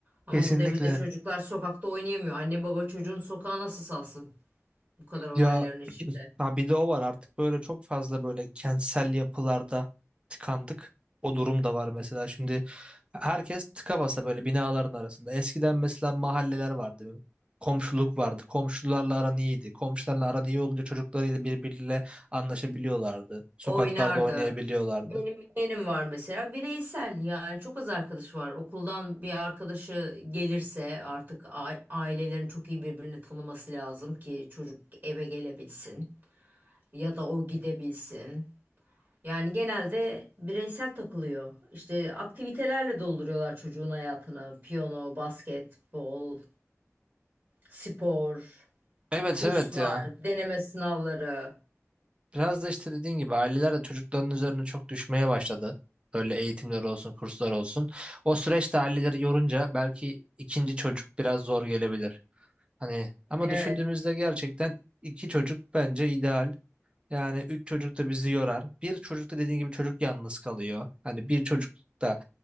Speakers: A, on the right; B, on the right.
A: Ama
B: Kesinlikle.
A: bu devirde çocuklar sokakta oynayamıyor. Anne baba çocuğun sokağa nasıl salsın bu kadar olayların
B: Ya
A: içinde?
B: <clears throat> ha bir de o var artık böyle çok fazla böyle kentsel yapılarda tıkandık. O durum da var mesela. Şimdi herkes tıka basa böyle binaların arasında. Eskiden mesela mahalleler vardı. Komşuluk vardı. Komşularla aran iyiydi. Komşularla aran iyi olunca çocuklarıyla birbiriyle anlaşabiliyorlardı. Sokaklarda
A: Oynardı.
B: oynayabiliyorlardı.
A: Benim yeğenim var mesela bireysel yani çok az arkadaş var. Okuldan bir arkadaşı gelirse artık a- ailelerin çok iyi birbirini tanıması lazım ki çocuk eve gelebilsin ya da o gidebilsin. Yani genelde bireysel takılıyor. İşte aktivitelerle dolduruyorlar çocuğun hayatını. Piyano, basketbol, spor,
B: Evet
A: kurslar,
B: evet ya.
A: deneme sınavları.
B: Biraz da işte dediğin gibi aileler de çocukların üzerine çok düşmeye başladı. Böyle eğitimler olsun, kurslar olsun. O süreçte aileleri yorunca belki ikinci çocuk biraz zor gelebilir. Hani ama
A: Evet.
B: düşündüğümüzde gerçekten iki çocuk bence ideal. Yani üç çocuk da bizi yorar. Bir çocuk da dediğin gibi çocuk yalnız kalıyor. Hani bir çocuk da